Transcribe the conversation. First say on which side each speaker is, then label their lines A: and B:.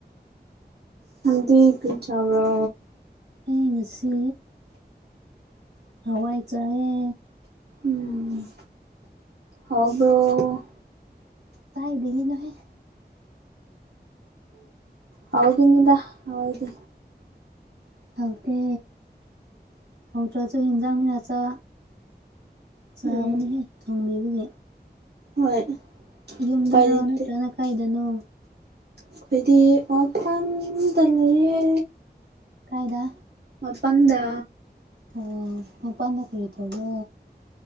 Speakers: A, on the right; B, on the right.
A: ꯅꯪꯗꯤ ꯀꯔꯤ ꯆꯥꯕ꯭ꯔꯣ
B: ꯑꯩ ꯉꯁꯤ ꯍꯋꯥꯏ ꯆꯥꯏꯌꯦ
A: ꯎꯝ ꯍꯥꯎꯕ꯭ꯔꯣ
B: ꯀꯥꯏꯗꯒꯤꯅꯣꯍꯦ
A: ꯍꯧꯒꯅꯤꯗ ꯍꯋꯥꯏꯗꯤ
B: ꯈꯣꯇꯦ ꯍꯥꯎꯇ꯭ꯔꯁꯨ ꯍꯤꯟꯖꯥꯡ ꯃꯤꯔ ꯆꯥ ꯆꯥꯕꯅꯤꯍꯦ
A: ꯎꯝ
B: ꯊꯣꯡꯕꯤꯕꯒꯤ
A: ꯍꯣꯏ
B: ꯌꯨꯝꯗꯅꯣ
A: ꯎꯄꯥꯏ ꯂꯩꯇꯦ
B: ꯅꯠꯇ꯭ꯔꯣꯅ ꯀꯥꯏꯗꯅꯣ
A: ꯑꯩꯈꯣꯏꯗꯤ ꯑꯣꯐꯥꯟꯗ ꯂꯩꯌꯦ
B: ꯀꯥꯏꯗ
A: ꯃꯄꯗ
B: ꯑꯣ ꯃꯄꯥꯟꯗ ꯀꯔꯤ ꯇꯧꯕ꯭ꯔꯣ